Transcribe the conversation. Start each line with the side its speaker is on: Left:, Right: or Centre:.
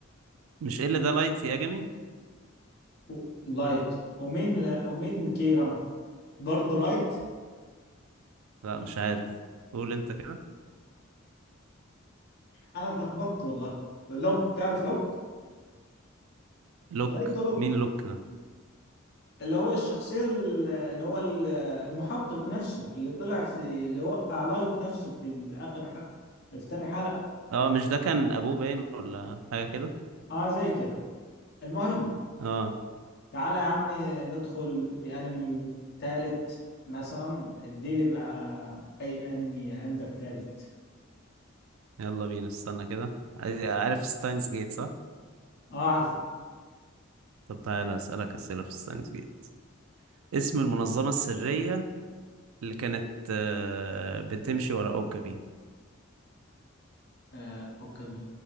Right: مش إيه اللي ده لايت يا جمي
Left: و- لايت ومين ومين كيرا برضه لايت
Right: لا مش عارف قول انت كده
Left: انا اتلخبطت والله لوك تعرف لوك
Right: لوك
Left: لايت ولوك
Right: مين لوك ده
Left: اللي هو الشخصية ال- اللي هو ال- المحقق نفسه اللي طلع في اللي وقع لايت نفسه في اخر حلقة في تاني حلقة
Right: اه مش ده كان ابوه باين ولا حاجه كده
Left: اه زي كده المهم
Right: اه
Left: تعالى يا عمي ندخل في انمي تالت مثلا اديلي بقى اي انمي عندك تالت
Right: يلا بينا استنى كده عايز- عارف ستاينز جيت صح
Left: اه عارفه
Right: طب تعالى اسالك اسئله في ستاينز جيت اسم المنظمه السريه اللي كانت آه، بتمشي ورا اوكابي
Left: آه اوكي